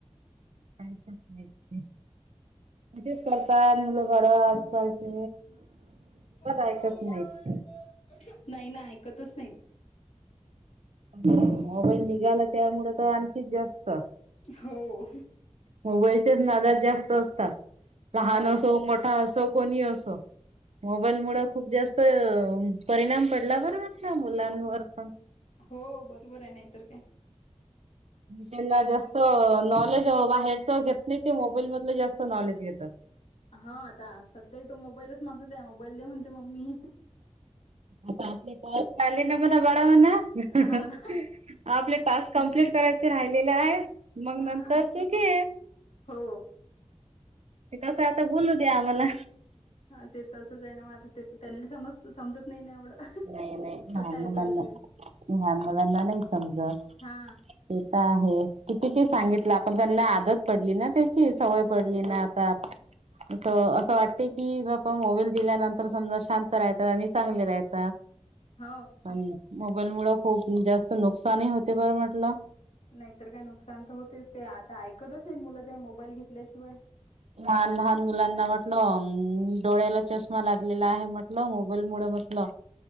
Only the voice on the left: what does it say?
नंबर
लावून
दे नाही ना ऐकतच नाहीत.
हो
हो
हो बरोबर आहे नाहीतर काय.
हा आता सध्या तो मोबाईलच मागत आहे मोबाईल द्या म्हणते मम्मी.
हो ना
हा
हो
हा ते तसंच आहे ना मग आता ते त्यांनी समज समजत नाही नाही एवढं.
छोटा
आहे
तो अजून
हा
हो
हो.
नाहीतर काय नुकसान तर होतेच ते आता ऐकतच नाहीत मुलं ते मोबाईल घेतल्याशिवाय.